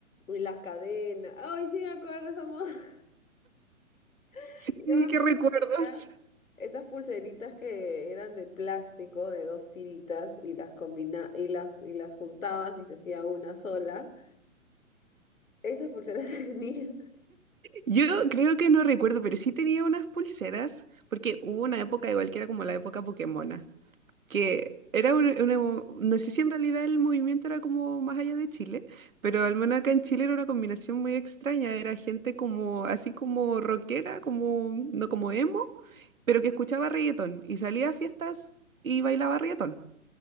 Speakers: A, on the left (about 75°); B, on the right (about 80°).
A: Y las cadenas. Ay, sí me acuerdo de esa moda. <laughs>
B: Sí,
A: Yo me acuerdo
B: qué recuerdos.
A: que tenía. Esas pulseritas que eran de plástico, de dos tiritas, y las combina y las, y las juntabas y se hacía una sola. Esas pulseras <laughs> venían
B: Yo creo que no recuerdo, pero sí tenía unas pulseras, porque hubo una época igual que era como la época Pokémona, que era un- una, no sé si en realidad el movimiento era como más allá de Chile, pero al menos acá en Chile era una combinación muy extraña, era gente como, así como rockera, como, no como emo, pero que escuchaba reggaetón y salía a fiestas y bailaba reggaetón.